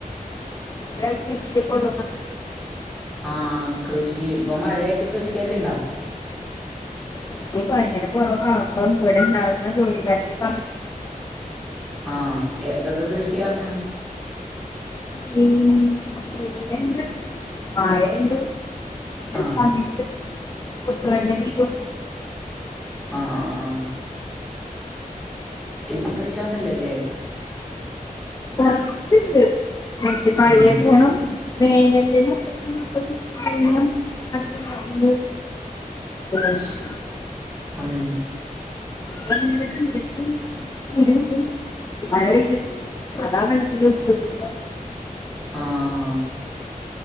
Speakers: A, on the left; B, in the centre.
A: ഇങ്ങള് കൃഷിയൊക്കള്ളൊരാ?
B: ആഹ് കൃഷി ഇപ്പൊ മഴയായിട്ട് കൃഷിയൊക്കെ ഇണ്ടോ?
A: പക്ഷെ ഭയങ്കര കൊറവാപ്പം ഇവിടെണ്ടാർന്ന ജോലിക്കാരിക്ക്
B: ആഹ് എന്തൊക്കെ കൃഷിയാർന്ന്?
A: പിന്നെ പിന്നെണ്ട് വാഴണ്ട് ചെല
B: ആഹ്
A: സമയത്ത് കുട്ടിളെന്നെ വീട്ടും
B: ആഹ് ആഹ് ആഹ് ഇപ്പൊ കൃഷിയൊന്നുല്ലല്ലേ?
A: കൊറച്ച്ണ്ട് എന്നച്ച് മഴയെക്കെ
B: ഉം
A: വേണം. വേനല്ന്ന്ച്ചാ ഇപ്പം വെള്ളം അധികം ഇല്ലാത്തോണ്ട് <unintelligible> <unintelligible>
B: അം
A: <unintelligible> നിരക്ക് ഇരുവ്ടും മഴ പെയ്യും അതാ വെള്ളത്തിലൊലിച്ചു പോകും.
B: ആഹ്